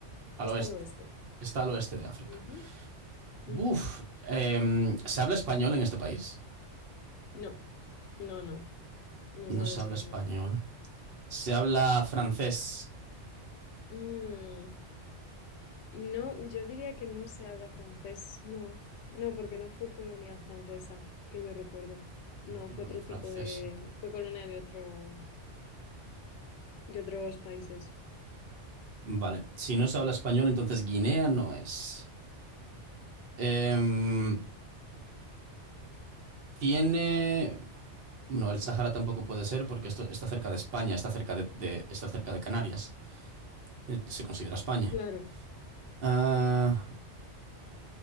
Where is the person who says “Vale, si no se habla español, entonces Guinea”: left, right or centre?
Right